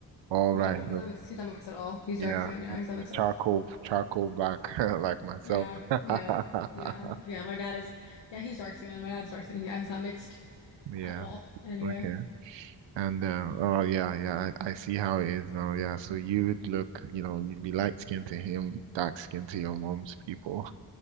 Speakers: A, on the right (about 80°); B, on the left (about 80°).
A: All
B: no,
A: right.
B: no, he's not mixed. He's not mixed at all. He's
A: Yeah,
B: dark skinned. Yeah,
A: like,
B: he's not mixed at
A: charcoal
B: all.
A: charcoal black <laughs> like myself.
B: Yeah, yeah,
A: <laughs>
B: yeah, yeah. My dad is, yeah, he's dark skinned. My dad's dark skinned. Yeah, he's not mixed.
A: Yeah.
B: at all anyway.
A: Okay. And uh,
B: Mhm.
A: oh yeah, yeah, I, I see how it is now. Yeah. So you would look, you know, you'd be light skinned to him, dark skinned to your mom's people.